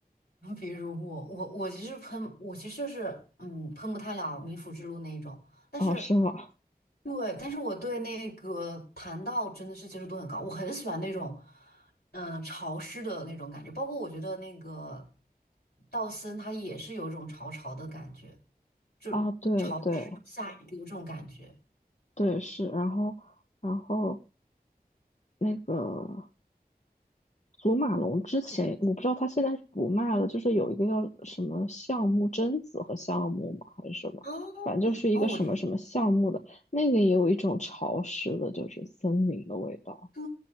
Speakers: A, on the left (about 80°); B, on the left (about 45°).
A: <laughs> 比如我，我我其实喷，我其实就是嗯，喷不太了冥府之路那一种，但是
B: 啊，是吗？
A: 对，但是我对那个檀道真的是接受度很高，我很喜欢那种嗯、呃潮湿的那种感觉，包括我觉得那个道森他也是有一种潮潮的感觉，就潮湿下雨给我这种感觉。
B: 啊，对对对，是，然后。然后那个祖马龙之前，我不知道他现在是不卖了，就是有一个叫什么橡木榛子和橡木嘛，还是什么，
A: 哦哦，
B: 反正就是一个什么什么橡木的，
A: 我知
B: 那个也有一种潮湿的，就是森林的味道。
A: 对